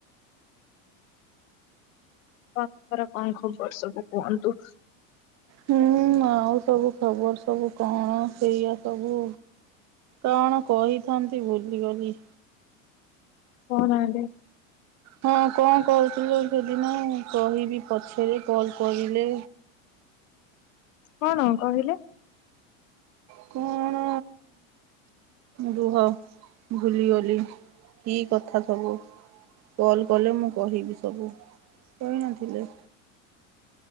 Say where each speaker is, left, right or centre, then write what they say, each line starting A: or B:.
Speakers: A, on the left; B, on the right.
A: <unintelligible> କଣ ଖବର ସବୁ କୁହନ୍ତୁ?
B: ହୁଁ ଆଉ ସବୁ ଖବର ସବୁ କଣ ସେଇଆ ସବୁ କଣ କହିଥାନ୍ତି ଭୁଲିଗଲି।
A: କହୁନାହାନ୍ତି।
B: ହଁ କଣ କହୁଥିଲେ ସେଦିନ, କହିବି ପଛରେ କଲ କରିଲେ?
A: କଣ କହିଲ?
B: କଣ ରୁହ, ଭୁଲିଗଲି କି କଥା ସବୁ କଲ୍ କଲେ ମୁଁ କହିବି ସବୁ, କହିନଥିଲେ?